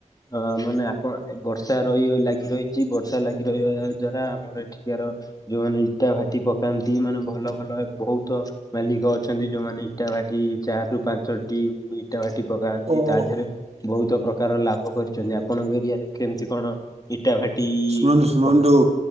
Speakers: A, on the left; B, on the right.
A: ଅ ମାନେ ଆପ ବର୍ଷା ରହି ଲାଗି ରହିଛି ବର୍ଷା ଲାଗି ରହିବା ଦ୍ଵାରା ଆମର ଏଠିକାର ଯୋଉମାନେ ଇଟା ଭାଟି ପକାନ୍ତି ମାନେ ଭଲ ଭଲ ବହୁତ ମାଲିକ ଅଛନ୍ତି ଯୋଉମାନେ ଇଟା ଭାଟି ଚାରିରୁ ପାଞ୍ଚଟି ଇଟା ଭାଟି ପକାନ୍ତି
B: ଓହୋ।
A: ତା ଦେହରେ ବହୁତ ପ୍ରକାର ଲାଭ କରିଛନ୍ତି ଆପଣଙ୍କ ଏରିଆରେ କେମିତି କଣ ଇଟା ଭାଟି
B: ଶୁଣନ୍ତୁ ଶୁଣନ୍ତୁ
A: ପକା